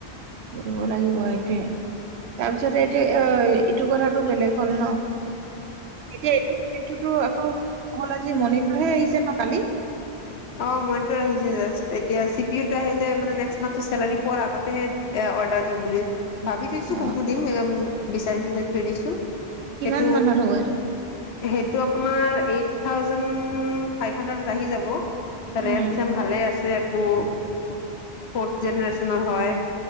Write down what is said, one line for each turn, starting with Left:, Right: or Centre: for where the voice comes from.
Right: কৰিব লাগিব, এইটোৱে, তাৰপিছতে এইটো এই এইটো কথাটো বেলেগ হ'ল ন? এতিয়া, এইটো এইটোতো, আকৌ অকল আজি, মনিতৰহে আহিছে ন, কালি?
Left: অ, মনিতৰ আহিছে জাষ্ট। এতিয়া চি, পি, ইউ, টো আহোতে মানে, নেক্স মান্ঠৰ চেলাৰী পোৱাৰ আগতেহে এয়া, অৰ্ডাৰ দিম বুলি। ভাবি থৈছোঁ
Right: অ'
Left: কোনটো দিম, এম, বিচাৰি-চিচাৰি থৈ দিছোঁ। সেইটো
Right: কিমান মানত হ'ব এইটো
Left: সেইটো আপোনাৰ এইট, থাউজেণ্ড ফাইভ হানড্ৰেট আহি যাব।
Right: উম
Left: ৰেম-চেম ভালেই আছে আকৌ, ফৰ্থ জেনেৰেচনৰ হয়।